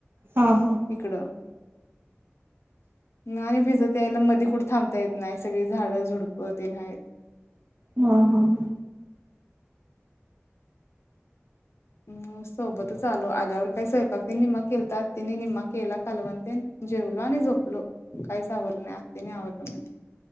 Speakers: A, on the right; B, on the left.
A: हा हा
B: इकडं नाय भिजत यायला मधी कुठे थांबता येत नाही सगळी झाडं झुडप ते नाय
A: हा हा हा
B: हम सोबतच आलो आल्यावर काही स्वयंपाक त निम्मा केलता आत्यानी निम्मा केला कळवण ते जेवलो आणि झोपलो काहीच आवरला नाही आत्यानी आवडल म्हण